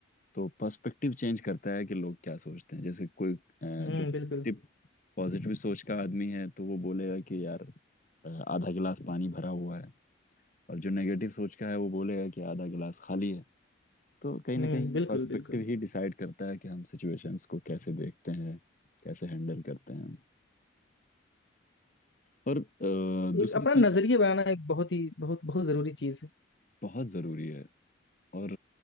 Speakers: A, on the left; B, on the left.
A: तो पर्सपेक्टिव चेंज करता है कि लोग क्या सोचते हैं जैसे कोई अ, जो
B: हम्म
A: पॉजिटिव
B: बिल्कुल
A: पॉजिटिव सोच का आदमी है तो वो बोलेगा कि यार अ, आधा गिलास पानी भरा हुआ है और जो नेगेटिव सोच का है वो बोलेगा कि आधा गिलास खाली है तो कहीं ना
B: हम्म
A: कहीं
B: बिल्कुल
A: पर्सपेक्टिव
B: बिल्कुल
A: ही डिसाइड करता है कि हम सिचुएशंस को कैसे देखते हैं कैसे हैंडल करते हैं और अ, दूसरी
B: एक अपना
A: चीज
B: नजरिया बनाना एक बहुत ही बहुत बहुत जरूरी चीज है
A: बहुत ज़रूरी है और